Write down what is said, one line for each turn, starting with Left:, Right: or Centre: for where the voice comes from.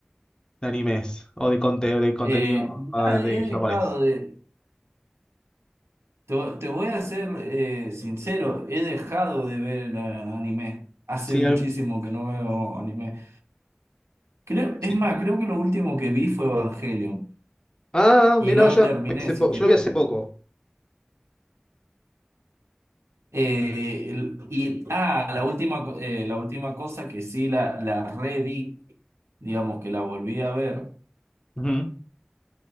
Left: de animes o de, conte- o de contenido
Right: Eh, nada,
Left: ah, de
Right: he dejado
Left: japonés.
Right: de. Te, te voy a ser eh, sincero, he dejado de ver eh, anime. Hace
Left: Sí,
Right: muchísimo
Left: al-
Right: que no veo anime. Creo,
Left: sí.
Right: es más, creo que lo último que vi fue Evangelion
Left: Ah,
Right: y
Left: mira,
Right: no lo
Left: yo,
Right: terminé
Left: hace
Right: siquiera.
Left: po- yo lo vi hace poco.
Right: Eh, el- y ah, la última, co- eh, la última cosa que sí la, la reví, digamos que la volví a ver,
Left: Ujú,